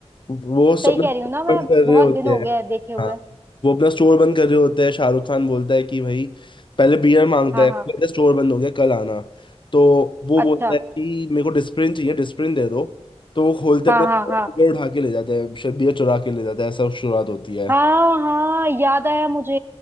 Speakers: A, on the left; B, on the right.
A: वो सब
B: सही
A: अपना
B: कह
A: store
B: रही हूँ ना मैं
A: बंद कर रहे
B: बहुत
A: होते
B: दिन हो
A: हैं
B: गया है देखे हुए
A: हाँ वो अपना स्टोर बंद कर रहे होते हैं शाहरुख खान बोलता है कि भाई पहले बियर मांगता
B: हाँ
A: है
B: हाँ
A: मेरा स्टोर बंद हो गया कल आना तो वो बोलता
B: अच्छा
A: है कि मेरे को डिस्प्रिन चाहिए डिस्प्रिन दे दो तो वो खोलते
B: हाँ
A: अपना
B: हाँ हाँ
A: बियर उठा के ले जाते हैं बियर चुरा के ले जाते हैं ऐसा शुरुआत होती है
B: हाँ हाँ याद आया मुझे